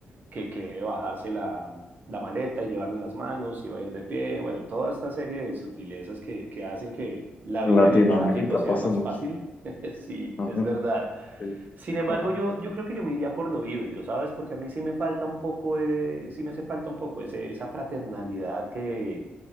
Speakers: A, on the right; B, on the left.
A: que, que debe bajarse la, la maleta y llevarla en las manos y va a ir de pie. Bueno, toda esta serie de sutilezas que, que hacen que la
B: En
A: vida
B: Latinoamérica
A: en el tráfico sea
B: pasa
A: más
B: mucho.
A: fácil. <laughs> Sí,
B: Ajá,
A: es verdad.
B: sí.
A: Sin embargo,
B: Ajá,
A: yo, yo creo que yo me iría por lo híbrido, ¿sabes? Porque a mí sí me falta un poco, eh, sí me hace falta un poco ese- esa fraternalidad que,